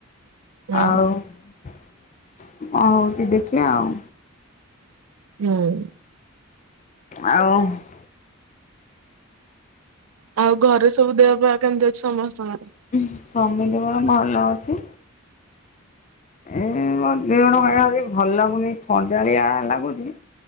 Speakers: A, on the right (about 80°); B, on the left (about 35°).
A: ହୁଁ
B: ଆଉ ଅ ହଉଛି ଦେଖିବା ଆଉ
A: ହୁଁ।
B: ଆଉ
A: ଆଉ ଘରେ ସବୁ ଦେହ ବା କେମିତି ଅଛି ସମସ୍ତଙ୍କର?
B: ଉଁ ସମାତୀ କର ଭଲ ଅଛି। ଏଇ ମୋ ଦିଅ ଟା କାଇଁ ଭଲ ଲାଗୁନି ଆଜି ଥଣ୍ଡାଳିଆ ଲାଗୁଛି।